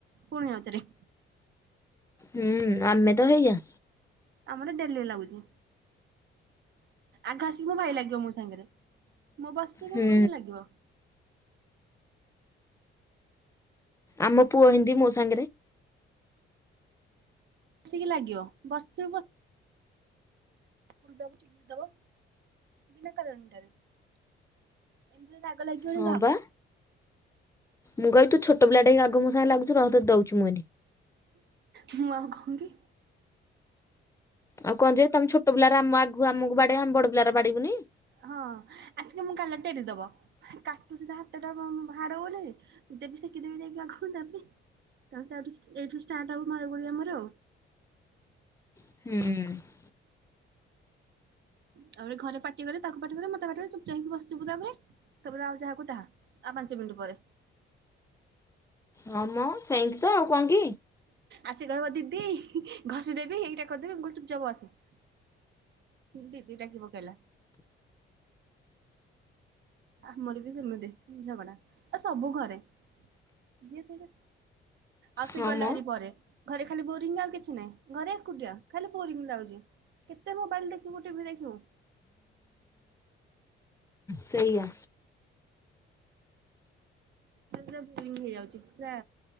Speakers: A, on the right; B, on the left.
A: ପୁଣି ଆଉଥରେ।
B: ହୁଁ ଆମେ ତ ହେଇୟା।
A: ଆମର ଡ଼େଲି ଲାଗୁଛି। ଆଗ ଆସିକି ମୋ ଭାଇ ଲାଗିବ ମୋ ସାଙ୍ଗରେ ମୁଁ ବସିଥିବି
B: ହୁଁ
A: ଆସିକି ଲାଗିବ।
B: ଆମ ପୁଅ ହିନ୍ତି ମୋ ସାଙ୍ଗେରେ।
A: ଆସିକି ଲାଗିବ ବସିଥିବୁ ବସି ପୁଡ଼ି ଦବ ଚିମିଡ଼ି ଦବ ବିନା କାରଣଟାରେ। ଏମିତିରେ ରାଗ ଲାଗିବନି
B: ହଁ
A: କାହାକୁ?
B: ବା। ମୁଁ କହିିବି ତୁ ଛୋଟ ପିଲାଟେ ହେଇକି ଆଗ ମୋ ସାଙ୍ଗରେ ଲାଗୁଛୁ ରହ ତତେ ଦଉଚି ମୁଁ ଏଇନେ।
A: ମୁଁ ଆଉ କଁ କି?
B: ଆଉ କଁ ଯେ ତମେ ଛୋଟ ପିଲାରା ଆମ ଆଗୁ ଆମକୁ ବାଡ଼େଇବ ଆମ ବଡ଼ ପିଲାରା ବାଡ଼େଇବୁନି?
A: ହଁ ଆସିକି ମୋ ଗାଲରେ ଟେଡ଼ି ଦବ। କାଟୁଚି ତା ହାତଟା ହାଡ଼େ ବୋଲି ଦେବି ସେକି ଦେବି ଯାଇକି ଆଗ ତାପରେ। ତାପରେ ତାଠୁ ଏଇଠୁ ଷ୍ଟାର୍ଟ ହବ ମାରଗୋଳି ଆମର ଆଉ।
B: ହୁଁ।
A: ତାପରେ ଘରେ ପାଟି କରିବେ ତାକୁ ପାଟି କରିବେ ମତେ ପାଟି କରିବେ ଚୁପ୍‌ଚାପ ହେଇକି ବସିିବୁ ତାପରେ। ତାପରେ ଆଉ ଯାହାକୁ ତାହା ଆଉ ପାଞ୍ଚ ମିଣ୍ଟି ପରେ।
B: ହଁ ମ ସେଇନ୍ତି ତ ଆଉ କଁ କି?
A: ଆସି କହିବ ଦିଦି ଘଷି ଦେବି ଏଇଟା କରି ଦେବି ମୁଁ କହିବି ଚୁପ୍ ଚାପେ ବସେ। ଦିଦି ଡ଼ାକି ପକେଇଲା। ଆମର ବି ସେମିତି ଝଗଡ଼ା ଆ ସବୁ ଘରେ। ଯିଏ ସେଟା ଆଉ ସେ
B: ହଁ
A: ଗଲା
B: ମ
A: ହାରିି ପରେ। ଘରେ ଖାଲି ବୋରିଂ ଆଉ କିଛି ନାଇଁ ଘରେ ଏକୁଟିଆ ଖାଲି ବୋରିଂ ଲାଗୁଚି। କେତେ ମୋବାଇଲ ଦେଖିବୁ ଟିଭି ଦେଖିବୁ?
B: ସେଇଆ।
A: ପୁରା ପୁରା ବୋରିଙ୍ଗ ହେଇଯାଉଛି ପୁରା